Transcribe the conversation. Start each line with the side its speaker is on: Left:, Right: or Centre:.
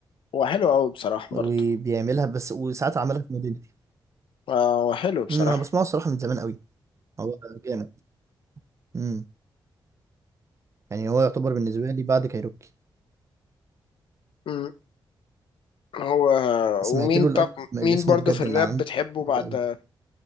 Left: هو حلو أوي بصراحة
Right: وبيعملها
Left: برضه
Right: بس وساعات عملها في مدينتي
Left: آه، هو حلو بصراحة
Right: أمم، انا بسمعه الصراحة من زمان قوي هو جامد امم يعني هو يعتبر بالنسبة لي بعد كايروكي
Left: امم هو
Right: سمعت
Left: ومين
Right: له
Left: طب
Right: الألبوم
Left: مين
Right: اللي اسمه
Left: برضه
Right: بجد
Left: في الراب
Right: اللي عامله
Left: بتحبه بعد
Right: حلو قوي